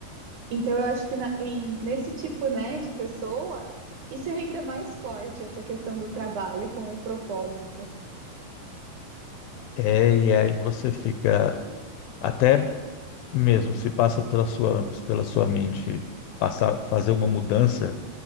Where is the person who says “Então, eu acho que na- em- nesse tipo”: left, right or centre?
Right